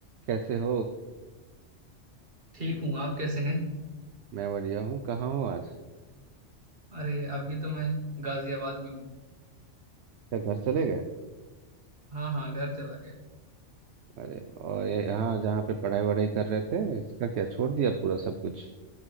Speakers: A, on the right (about 65°); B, on the right (about 50°).
A: कैसे हो
B: ठीक हूँ आप कैसे हैं
A: मैं बढ़िया हूँ कहाँ हो आज
B: अरे अभी तो मैं गाजियाबाद में हूँ
A: क्या घर चले गए
B: हाँ हाँ घर चला गया
A: अरे और ये यहाँ जहाँ पे पढ़ाई वढ़ाई कर रहे थे इसका क्या छोड़ दिया पूरा सब कुछ